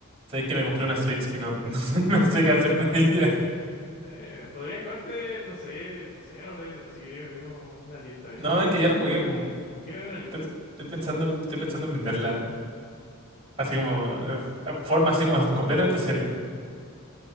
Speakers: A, on the right; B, on the left.
A: Sabéis que me compré una Switch y no, <laughs> no, sé no sé qué hacer con ella.
B: Eh, podría jugarte, no sé, los le o si queréis vimos una lista, mira,
A: No,
B: aquí tengo
A: es que
B: una.
A: ya la
B: Aquí
A: jugué. pum.
B: tengo una lista,
A: Estoy,
B: mira.
A: estoy pensando, en- estoy pensando en venderla. Así como, eh, f- forma así como completamente seria.